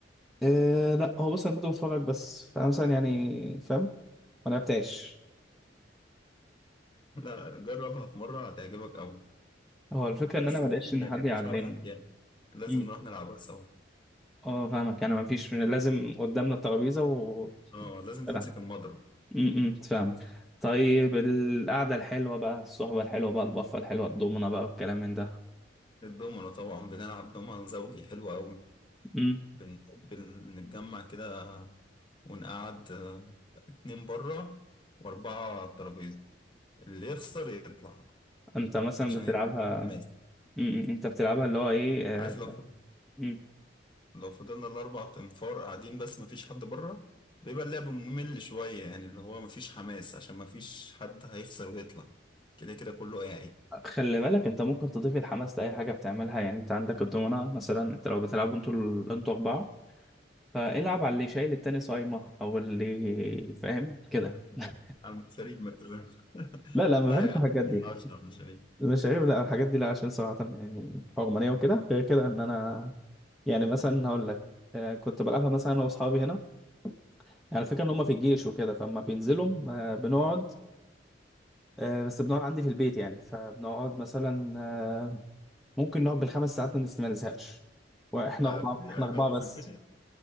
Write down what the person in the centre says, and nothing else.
إيه لا هو بص انا كنت بتفرج بس فانا مثلا يعني فاهم ما لعبتهاش
هو الفكره ان
انا ما
لقيتش
ان حد يعلمني
مم.
اه فاهمك يعني ما فيش لازم قدامنا الترابيزه و
سلام
امم فاهمك طيب القعده الحلوه بقى الصحبه الحلوه بقى البفه الحلوه الضمنه بقى والكلام من ده
امم
انت مثلا
بتلعبها
امم انت بتلعبها اللي هو ايه آه،
مم.
خلي بالك انت ممكن تضيف الحماس لاي حاجه بتعملها يعني انت عندك الضمنه مثلا انت لو بتلعبوا انتوا ال- انتوا اربعه فالعب على اللي شايل التاني صايمة او اللي فاهم كده <laughs>
لا لا ما
بحبش
الحاجات
دي
المشاريب لا الحاجات دي لا عشان صراحة يعني حرمانية وكده غير كده ان انا يعني مثلا هقول لك آه، كنت بلعبها مثلا انا واصحابي هنا يعني الفكرة ان هم في الجيش وكده فلما بينزلوا آه، بنقعد آه، بس بنقعد عندي في البيت يعني فبنقعد مثلا آه، ممكن نقعد بالخمس ساعات ما نست- ما نزهقش واحنا
اربعة
احنا اربعة
بس